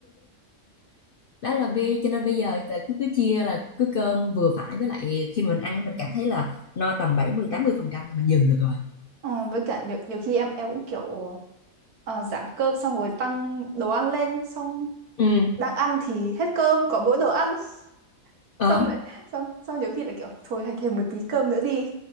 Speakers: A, on the left (about 65°); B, on the right (about 80°).
A: đó là bi cho nên bây giờ là cứ cứ chia là cứ cơm vừa phải với lại khi mà mình ăn mình cảm thấy là no tầm bảy mươi tám mươi phần trăm là mình dừng được rồi
B: Ờ, với cả nhiều, nhiều khi em em cũng kiểu ờ, giảm cơm xong rồi tăng đồ ăn lên xong
A: ừ
B: đang ăn thì hết cơm còn mỗi đồ ăn <laughs>
A: ờ
B: xong lại xong xong nhiều khi lại kiểu thôi hay thêm một tí cơm nữa đi